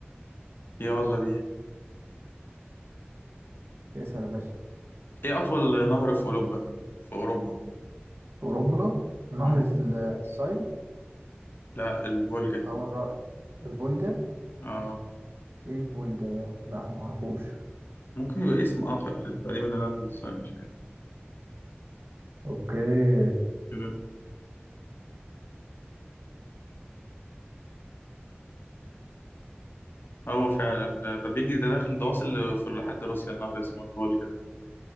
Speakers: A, on the left; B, on the right.
A: يلا بينا
B: اسأل يا باشا
A: إيه أطول نهر في أوروبا في أوروبا
B: اوروبا نهر
A: مم.
B: ال- الساين
A: لا الفولجا
B: او الر- الفولجا
A: آه
B: ايه الفولجا ده لا معرفوش
A: ممكن يبقى اسم آخر ل- تقريبا لا للصين مش فاكر
B: اوكي
A: كده هو فعلا ده, ده بيجري ده داخل ده واصل في لحد روسيا النهر اسمه الفولجا ده